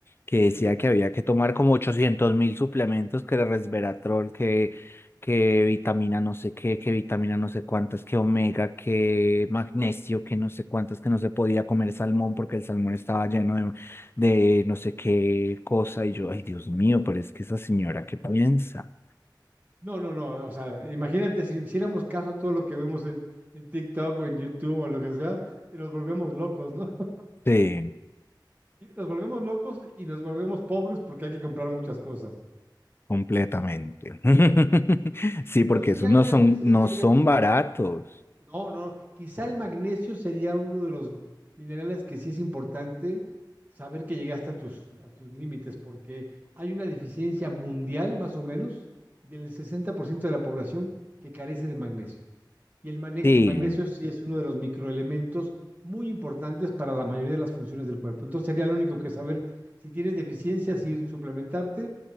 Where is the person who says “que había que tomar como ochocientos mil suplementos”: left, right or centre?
Left